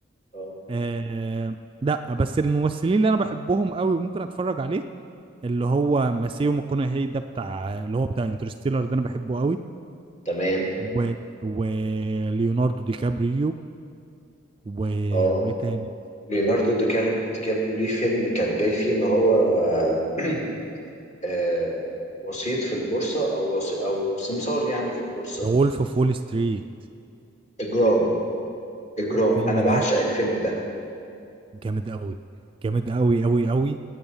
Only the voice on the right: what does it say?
آه لا بس الممثلين اللي انا بحبهم قوي وممكن اتفرج عليه اللي هو ماسيو ماكونهي ده بتاع اللي هو بتاع انترستيلر ده انا بحبه قوي
و وليوناردو دي كابريو و...
وايه تاني
ذا وولف اوف وول ستريت
الفيلم
ده
جامد قوي جامد قوي قوي قوي